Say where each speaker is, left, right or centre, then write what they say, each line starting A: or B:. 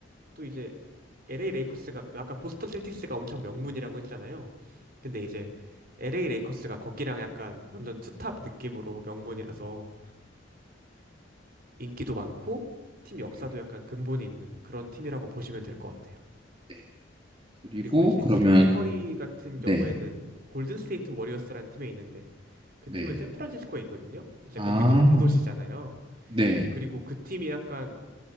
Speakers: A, on the right; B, on the right.
A: 또 이제 LA 레이커스가 그 아까 보스턴 셀틱스가 엄청 명문이라고 했잖아요. 근데 이제 LA 레이커스가 거기랑 약간 완전 투탑 느낌으로 명문이라서 인기도 많고 팀 역사도
B: 네.
A: 약간 근본이 있는 그런 팀이라고 보시면 될 것 같아요.
B: 네. 그리고
A: 그리고 이제
B: 그러면
A: 스테픈 커리 같은
B: 네,
A: 경우에는 골든 스테이트 워리어스라는 팀에 있는데 그
B: 네.
A: 팀은 샌프란시스코에 있거든요. 이제
B: 아,
A: 거기도 뭐 대도시잖아요.
B: 네.
A: 이제 그리고 그 팀이 약간 어,